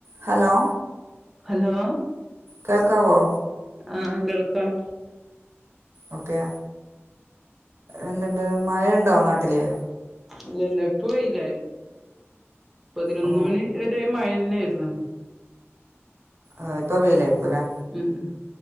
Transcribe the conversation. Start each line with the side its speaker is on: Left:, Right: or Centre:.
Right: Hello?
Centre: Hello?
Right: കേൾക്കാവോ?
Centre: ആഹ് കേൾക്കാം.
Right: ഓക്കെ എന്തണ്ട് മഴെണ്ടോ നാട്ടില്?
Centre: ഇല്ല ഇല്ല ഇപ്പൊ വെയിലായി. പതിനൊന്ന്
Right: ഓ
Centre: മണി ഒരെ മഴന്നേര്ന്നു.
Right: ആ ഇപ്പൊ വെയിലായിരിക്കുംല്ലേ.
Centre: ഉം, ഉം